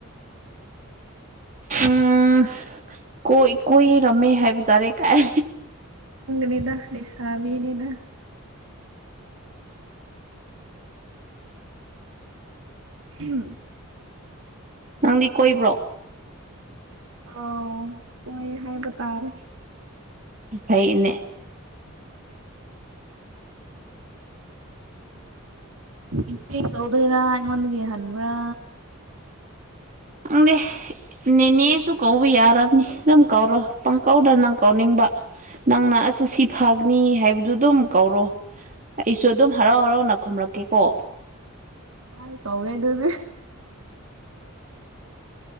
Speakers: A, on the right (about 40°); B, on the right (about 75°).
A: ꯎꯝ ꯀꯣꯏ ꯀꯣꯏꯔꯝꯃꯦ ꯍꯥꯏꯕ ꯇꯥꯔꯦ ꯀꯥꯏ
B: ꯅꯤꯗ ꯂꯩꯁꯥꯕꯤꯅꯤꯅ <unintelligible>
A: ꯅꯪꯗꯤ ꯀꯣꯏꯕ꯭ꯔꯣ
B: ꯑꯥꯎ ꯀꯣꯏ ꯍꯥꯏꯕ ꯇꯥꯔꯦ
A: ꯐꯩꯅꯦ <inaudible>
B: ꯏꯆꯦ ꯀꯧꯗꯣꯏꯔ ꯑꯩꯉꯣꯟꯗꯒꯤ ꯍꯟꯕ꯭ꯔ
A: ꯈꯪꯗꯦ ꯅꯦꯅꯦꯁꯨ ꯀꯧꯕ ꯌꯥꯔꯝꯅꯤ ꯑꯗꯨꯝ ꯀꯧꯔꯣ ꯄꯥꯡꯀꯧꯗ ꯅꯪ ꯀꯥꯎꯅꯤꯡꯕ ꯅꯪꯅ ꯑꯁ ꯁꯤ ꯐꯒꯅꯤ ꯍꯥꯏꯕꯗꯨ ꯑꯗꯨꯝ ꯀꯧꯔꯣ ꯑꯩꯁꯨ ꯑꯗꯨꯝ ꯍꯔꯥꯎ ꯍꯔꯥꯎꯅ ꯈꯨꯝꯂꯛꯀꯦꯀꯣ
B: ꯥꯃꯥꯏ ꯇꯧꯒꯦꯗꯨꯗꯤ